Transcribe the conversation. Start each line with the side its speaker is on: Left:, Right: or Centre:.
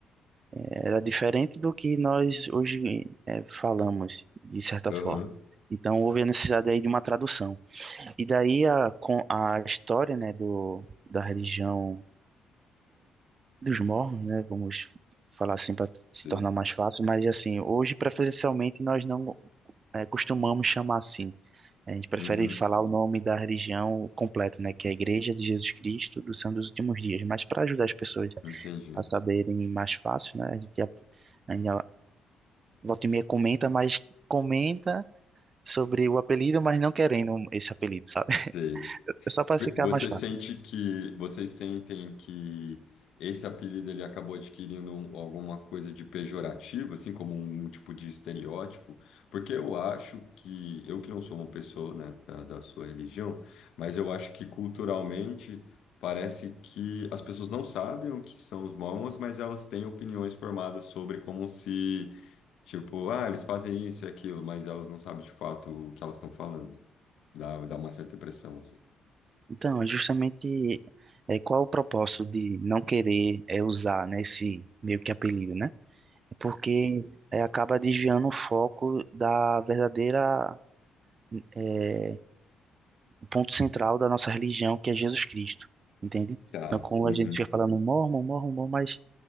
Right: era diferente do que nós hoje eh, falamos, de certa
Left: Aham.
Right: forma. Então, houve a necessidade aí de uma tradução. E daí a, com a história, né, do, da religião dos mormons, né? Vamos falar assim para
Left: Sei.
Right: se tornar mais fácil, mas assim, hoje preferencialmente nós não eh, costumamos chamar assim. A gente prefere
Left: Uhum.
Right: falar o nome da religião completo, né? Que é a Igreja de Jesus Cristo dos Santos dos Últimos Dias. Mas para ajudar as pessoas
Left: Entendi.
Right: a saberem mais fácil, né? A gente ap- ainda volta e meia comenta, mas comenta sobre o apelido, mas não querendo esse apelido, sabe?
Left: Sei.
Right: <laughs> Só para ficar
Left: Você
Right: mais
Left: sente que vocês sentem que esse apelido ele acabou adquirindo um- alguma coisa de pejorativo, assim como um tipo de estereótipo? Porque eu acho que eu que não sou uma pessoa, né, da, da sua religião, mas eu acho que culturalmente parece que as pessoas não sabem o que são os mormons, mas elas têm opiniões formadas sobre como se, tipo, ah, eles fazem isso e aquilo, mas elas não sabem de fato o que elas estão falando. Dá, dá uma certa impressão assim.
Right: Então, é justamente é, qual o propósito de não querer é, usar, né, esse meio que apelido, né? É Porque é, acaba desviando o foco da verdadeira é, o ponto central da nossa religião, que é Jesus Cristo, entende?
Left: Tá.
Right: Então, como
Left: Uhum.
Right: a gente fica falando mormon, mormon, mormon, mas